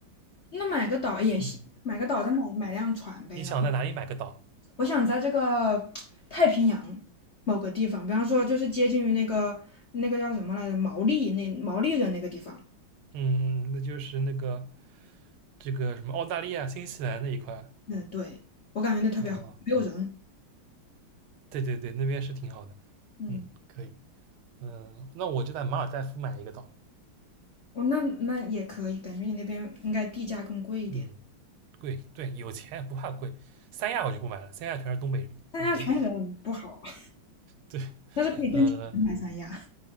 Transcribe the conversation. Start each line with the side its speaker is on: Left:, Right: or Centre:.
Left: 那买个岛也行，
Right: 嗯，
Left: 买个岛再买买辆船呗。
Right: 你想在哪里买个岛？
Left: 我想在这个太平洋某个地方，比方说就是接近于那个那个叫什么来着，毛利那毛利人那个地方。
Right: 嗯，嗯那就是那个这个什么澳大利亚、新西兰那一块。
Left: 嗯，对，我感觉那特别好，
Right: 哦，
Left: 没有人。
Right: 对对对，那边是挺好的。
Left: 嗯，
Right: 嗯，可以。嗯，那我就在马尔代夫买一个岛。
Left: 哦，那那也可以，感觉你那边应该地价更贵一点。
Right: 嗯，贵，对，有钱不怕贵。三亚我就不买了，三亚全是东北人，
Left: 三亚全人不好啊
Right: 也没，对，
Left: 但是可以挣钱买三亚。
Right: 呃。